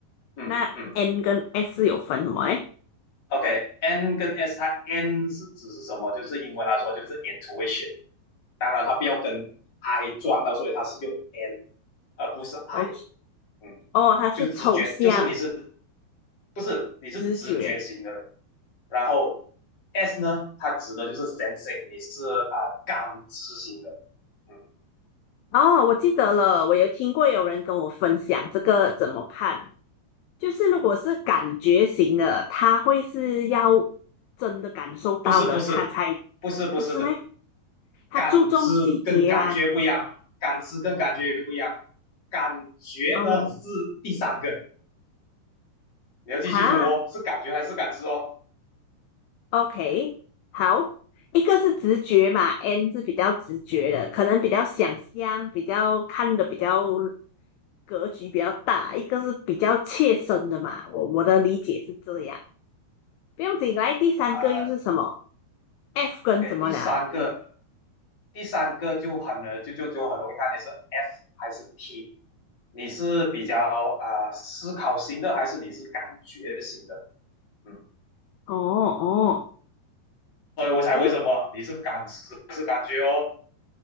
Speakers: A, on the left; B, on the left.
A: 嗯嗯
B: 那 N 跟 S 是有分什么嘞
A: ，OK，n okay, 跟 s 它 n 是指是什么？就是英文来说就是 intuition，当然它不要跟 i 撞到，所以它是用 n 而不是 i。
B: 哦
A: 嗯，
B: 哦，它是抽象
A: 就直觉，就是你是不是，你是直觉型的人。
B: 知觉。
A: 然后 S 呢，它指的就是 sensing，你是啊感知型的。嗯，
B: 哦，我记得了，我有听过有人跟我分享这个怎么看，就是如果是感觉型的，他会是要真的感受到了，
A: 不是不是
B: 他才
A: 不是不是，
B: 不是咩？他注重细节吗？
A: 感知跟感觉不一样，感知跟感觉不一样，感觉呢是第三个。
B: 哦，
A: 你要继续漩哦，
B: 哈
A: 是感觉还是感知哦？
B: ，OK，好，一个是直觉嘛，N 是比较直觉的，可能比较想象，比较看的比较格局比较大；一个是比较切身的嘛。我我的理解是这样，不用紧。来，第三个又是什么
A: 啊、
B: ？F 跟什么了
A: o k 第三个第三个就很呃就就就很容易看你是 F 还是 T，你是比较啊、呃思考型的还是你是感觉型的？嗯，
B: 啊哦哦，
A: 所以我才为什么你是感知还是感觉哦，
B: 咦，